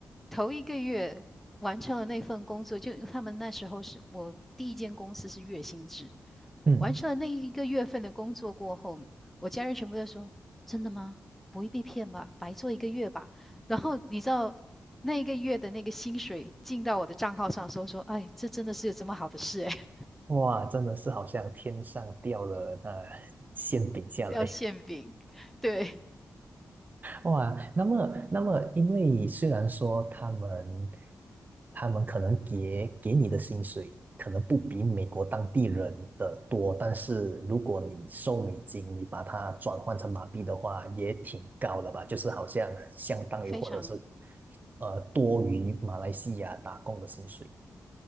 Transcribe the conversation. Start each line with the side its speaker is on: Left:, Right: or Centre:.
Centre: 头一个月完成了那份工作，就他们那时候是我第一间公司是月薪制，
Right: 嗯，
Centre: 完成了那一个月份的工作过后，我家人全部在说：真的吗？不会被骗吧？白做一个月吧？然后你知道那一个月的那个薪水进到我的账号上的时候说：哎，这真的是有这么好的事哎，
Right: 哇，真的是好像天上掉了那、呃馅饼下来。
Centre: <laughs> 掉馅饼，对，
Right: 哇，那么，那么，因为虽然说他们，他们可能给给你的薪水可能不比美国当地人的多，但是如果你收美金，你把它转换成马币的话，也挺高的吧？就是好像相当于或者是
Centre: 非常
Right: 呃多于马来西亚打工的薪水。